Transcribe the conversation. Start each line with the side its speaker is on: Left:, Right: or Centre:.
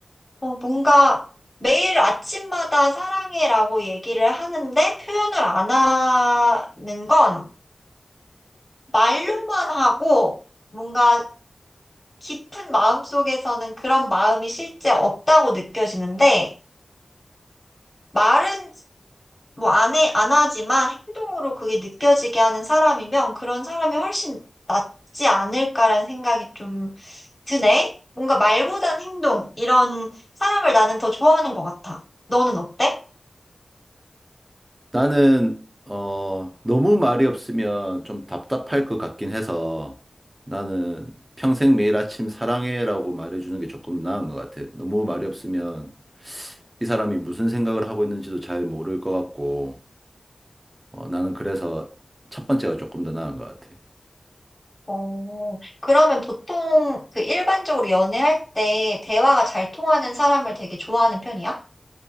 Left: 어, 뭔가 매일 아침마다 사랑해라고 얘기를 하는데 표현을 안 하는 건 말로만 하고 뭔가 깊은 마음속에서는 그런 마음이 실제 없다고 느껴지는데, 말은 뭐 안 해, 안 하지만 행동으로 그게 느껴지게 하는 사람이면 그런 사람이 훨씬 낫지 않을까라는 생각이 좀 드네. 뭔가 말보단 행동, 이런 사람을 나는 더 좋아하는 것 같아. 너는 어때?
Right: 나는 어 너무 말이 없으면 좀 답답할 것 같긴 해서 나는 평생 매일 아침 사랑해라고 말해주는 게 조금 나은 것 같아. 너무 말이 없으면 이 사람이 무슨 생각을 하고 있는지도 잘 모를 것 같고 어, 나는 그래서 첫 번째가 조금 더 나은 것 같아.
Left: 어, 그러면 보통 그 일반적으로 연애할 때 대화가 잘 통하는 사람을 되게 좋아하는 편이야?